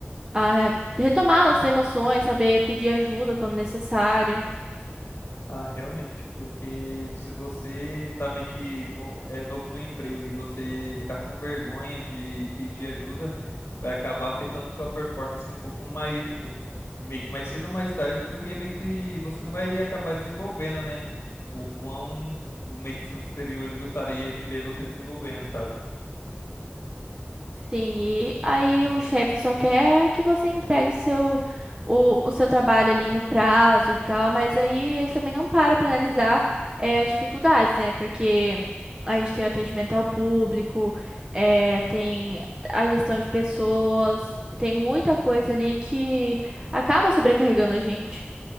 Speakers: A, on the right (about 20°); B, on the left (about 80°).
A: a retomar nossas emoções, saber pedir ajuda quando necessário.
B: Ah, realmente, porque se você tá meio que no- é novo no emprego e você ficar com vergonha de pedir ajuda, vai acabar afetando sua performance um pouco mais, um- meio que mais cedo ou mais tarde, porque meio que você não vai acabar desenvolvendo, né? O quão o meio que seus superiores gostaria de ver você desenvolvendo, sabe?
A: Sim, e aí o chefe só quer que você entregue seu, o, o seu trabalho ali no prazo e tal, mas aí ele também não para para analisar eh, as dificuldades, né? Porque a gente tem o atendimento ao público, eh, tem a gestão de pessoas, tem muita coisa ali que acaba sobrecarregando a gente.